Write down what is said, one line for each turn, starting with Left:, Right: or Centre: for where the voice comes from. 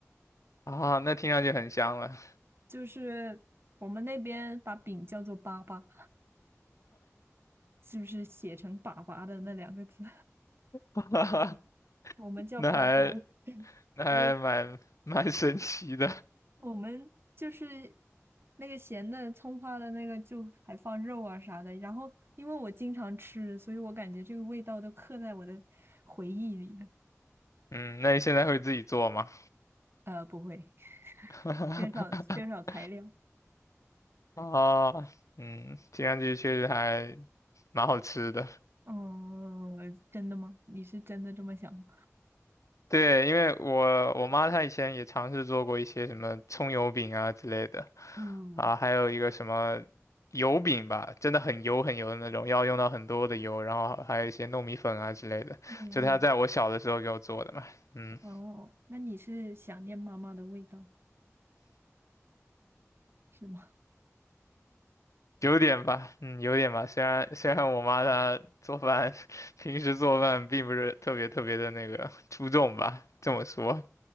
Left: 啊。那听上去很香了，
Right: 就是我们那边把饼叫做粑粑，就是写成粑粑的那两个字。
Left: <laughs>
Right: 我们叫粑粑，
Left: 那还那还蛮蛮神奇的。
Right: 我我们就是那个咸的葱花的那个，就还放肉啊啥的。然后因为我经常吃，所以我感觉这个味道都刻在我的回忆里了。
Left: 嗯，那你现在会自己做吗？
Right: 呃，不会，
Left: <laughs>
Right: 缺少缺少材料。
Left: 啊，嗯，听上去确实还蛮好吃的。
Right: 嗯，真的吗？你是真的这么想吗？
Left: 对，因为我我妈她以前也尝试做过一些什么葱油饼啊之类的，
Right: 嗯
Left: 啊，还有一个什么油饼吧，真的很油很油的那种，要用到很多的油，然后还有一些糯米粉啊之类的，
Right: 嗯，
Left: 就她在我小的时候给我做的嘛，嗯。
Right: 哦，那你是想念妈妈的味道是吗？
Left: 有点吧，嗯，有点吧。虽然虽然我妈她做饭，<laughs> 平时做饭并不是特别特别的那个出众吧，这么说，